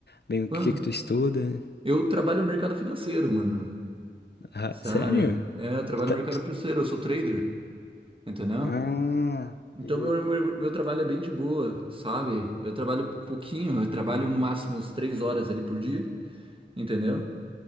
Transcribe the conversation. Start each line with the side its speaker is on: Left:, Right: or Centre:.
Left: bem o
Right: Mano,
Left: que que tu estuda.
Right: eu trabalho no mercado financeiro, mano.
Left: Ah,
Right: Sabe?
Left: sério?
Right: É, eu trabalho
Left: Tu tá-
Right: no
Left: tu-
Right: mercado financeiro, eu sou trader, entendeu?
Left: Ah,
Right: Então
Left: peguei.
Right: meu, meu, meu trabalho é bem de boa, sabe? Eu trabalho pouquinho, eu trabalho no máximo uns três horas ali por dia, entendeu?